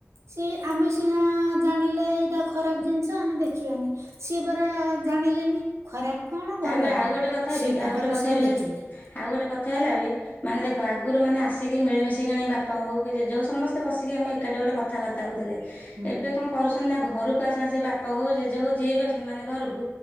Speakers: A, on the right; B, on the left.
A: ସେ ଆମେ ସିନା ଜାଣିଲେ ଏଇଟା ଖରାପ ଜିନିଷ ଆମେ ଦେଖିବାନି ସିଏ ପରା ଜାଣିଲେନି। ଖରାପ କଣ
B: ତାପରେ
A: ଭଲ
B: ଆଉ
A: କଣ
B: ଗୋଟେ କଥା
A: ସିଏ
B: ବି
A: ତାଙ୍କର
B: ଆଉ ଗୋଟେ କଥା
A: ସିଏ
B: ବି ହେଲା
A: ଦେଖିଲେ।
B: ଆଉ ଗୋଟେ କଥା ହେଲା ବି ମାନେ ଦେଖ ଆଗରୁ ମାନେ ଆସିକି ମିଳିମିଶିକିଣି ବାପା ହଉ କି ଜେଜ ହଉ ସମସ୍ତେ ବସିକି ଆମେ ଏକାଠି ଗୋଟେ କଥାବାର୍ତ୍ତା ହୋଇଥିଲେ
A: ହୁଁ
B: ଏବେ କଣ କରୁଛନ୍ତି ନା ଘରକୁ ଆସନ୍ନ୍ତି ସେ ବାପ ହଉ ଜେଜେ ହଉ ଯିଏ ବି ଆସନ୍ତି ମାନେ ଘରକୁ